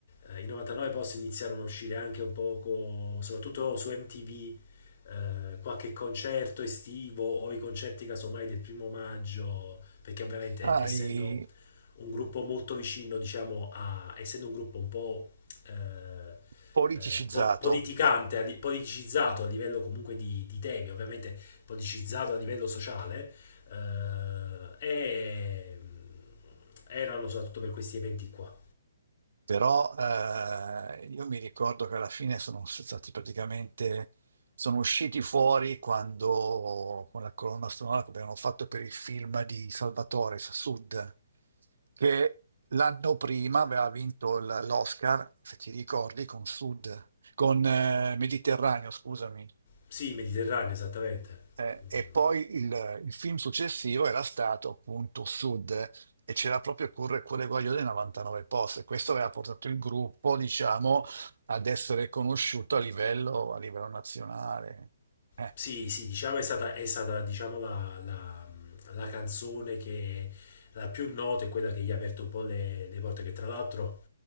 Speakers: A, on the left (about 45°); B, on the right (about 70°).
A: eh, i 99 post iniziarono a uscire anche un poco, soprattutto su MTV, eh, qualche concerto estivo o i concerti casomai del primo maggio, perché ovviamente
B: Sai,
A: essendo un gruppo molto vicino, diciamo, a, essendo un gruppo un po' eh,
B: politicizzato.
A: eh, po- politicante, a di- politicizzato a livello comunque di, di temi, ovviamente politicizzato a livello sociale, eh, e mm, erano soprattutto per questi eventi qua.
B: Però eh, io mi ricordo che alla fine sono stati praticamente, sono usciti fuori quando, con la colonna sonora che abbiamo fatto per il film di Salvatore Sud, che l'anno prima aveva vinto l- l'Oscar, se ti ricordi, con Sud, con eh, Mediterraneo, scusami.
A: Sì, Mediterraneo, esattamente.
B: Eh,
A: Mm,
B: e poi il, il film successivo era stato appunto Sud e c'era proprio Curre Cuore Guaglio dei 99 post. e Questo aveva portato il gruppo, diciamo, ad essere conosciuto a livello, a livello nazionale. Eh,
A: Sì, sì, diciamo è stata, è stata diciamo, la, la- la canzone che la più nota è quella che gli ha aperto un po' le, le porte, che tra l'altro